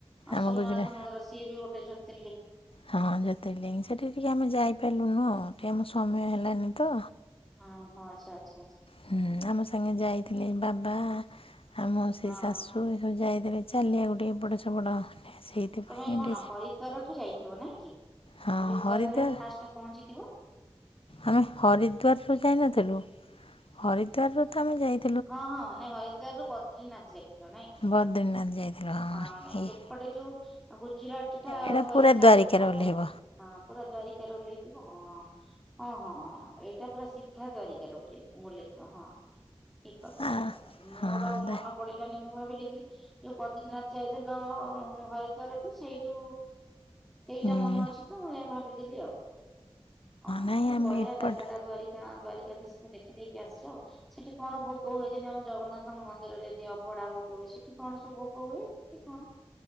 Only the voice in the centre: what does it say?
ଆଉ ସୋମନାଥ
ମନ୍ଦିର ସିଏ ବି ଗୋଟେ ଜ୍ୟୋତିର୍ଲିଙ୍ଗ।
ଓ ହଁ ଆଚ୍ଛା ଆଚ୍ଛା ଆଚ୍ଛା।
ହଁ।
ତମେ କଣ
ହରିଦ୍ୱାରଠୁ ଯାଇଥିବ ନାଇଁ କି ହରିଦ୍ୱାରରେ
ଫାଷ୍ଟ। ପହଞ୍ଚିଥିବ।
ହଁ ହଁ ନାଇଁ ହରିଦ୍ୱାରରୁ ବଦ୍ରିନାଥ ଯାଇଥିଲୁ ନାଇଁ କି।
ହଁ ନାଇଁ
ଏପଟେ ଯୋଉ। ଗୁଜୁରାଟ ଟା ଦ୍ୱାରିକା
ଗୁଜୁରାଟ
ହଁ ପୁରା ଦ୍ୱାରିକାରେ ଓହ୍ଲେଇଥିବ ହଁ। ହଁ ହଁ ହଁ ଏଇଟା ପୁରା ସିଧା ଦ୍ୱାରିକାରୁ ଉଠେଇ ବୁଲେଇଥିବ ହଁ। ଠିକ୍ କଥା
ଠିକ୍ କଥା ମୋର
ଆଉ ମନ ପଡ଼ିଲାନି ମୁଁ ଭାବିଲି କି। ଯୋଉ ବଦ୍ରନାଥ ଯାଇଥିଲୁ ହରିଦ୍ଵାର ଠୁ ସେଇଠୁ। ସେଇଟା
ମନେ ଅଛି ତ ମୁଁ ସେୟା ଭାବିଦେଲି ଆଉ ଓହୋ
ବଢିଆ
ଜାଗା ଟା ଧରିକି ଦ୍ବାରିକା। ଦ୍ବାରିକା ଧିସ ଦେଖିଦେଇକି ଆସିଛ ସେଠି କଣ ଭୋଗ ହୁଏ ଯେମିତି ଆମ ଜଗନ୍ନାଥଙ୍କ ମନ୍ଦିରରେ ଏମିତି ଅ ‌ ଅଭଡା ଭୋଗ ହୁଏ ସେଠି କଣ ସବୁ ଭୋଗ ହୁଏ କି କଣ?